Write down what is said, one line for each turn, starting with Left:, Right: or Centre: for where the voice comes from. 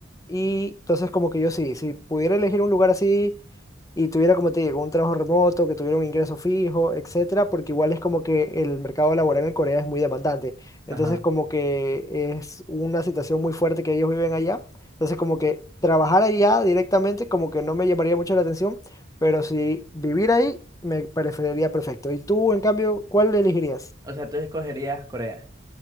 Left: Y entonces como que yo sí, si pudiera elegir un lugar así y tuviera, como te digo, un trabajo remoto, que tuviera un ingreso fijo, etcétera, porque igual es como que el mercado laboral en Corea es muy demandante.
Right: Ajá.
Left: Entonces, como que es una situación muy fuerte que ellos viven allá. Entonces, como que trabajar allá directamente, como que no me llamaría mucho la atención, pero si vivir ahí, me preferiría perfecto. ¿Y tú, en cambio, cuál elegirías?
Right: O sea, tú escogerías Corea.